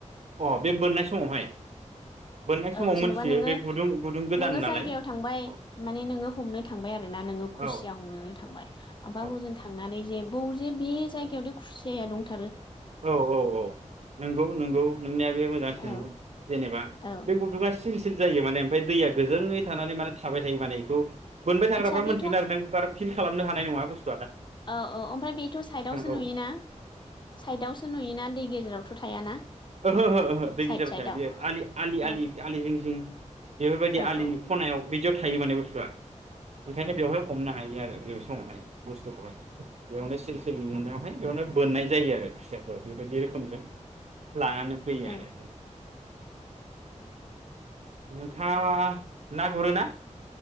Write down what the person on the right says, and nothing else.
अ बे बोननाय समावहाय बोननाय समाव
मोनथियो
बे गुदुं गुदुं गोदान
नालाय
अ
औ
औ
औ औ औ नंगौ नंगौ नोंनिया बे मोजां सोंलु
जेनेबा
बे गुुदुंआ सिल सिल जायो माने ओमफ्राय दैया गोजोङै थानानै माने थाबाय थायो माने एखौ बोनबाय थाग्राफ्रा
मिन्थिगोन आरो नों बारा फिल खालाम होनो हानाय नङा बुथु
औ
ओहो ओहो ओहो दै
गेजेराव
थाया बेयो
आलि आलि
आलि आलि जिं जिं बेफोरबायदि
आलिनि
खनायाव बिदियाव थायो माने बुथुआ ओंखायनो बेवहाय हमनो हायो आरो बे बुसथु वेवहाय बुस्थुखौहाय बेयावनो सिरि सिरि नुनायावहाय बेयावनो बोननाय जायो आरो खुसियाखौ बेबायदि रोखोमजों लानानै फैयो
आरो नोंथाङा ना गुरोना?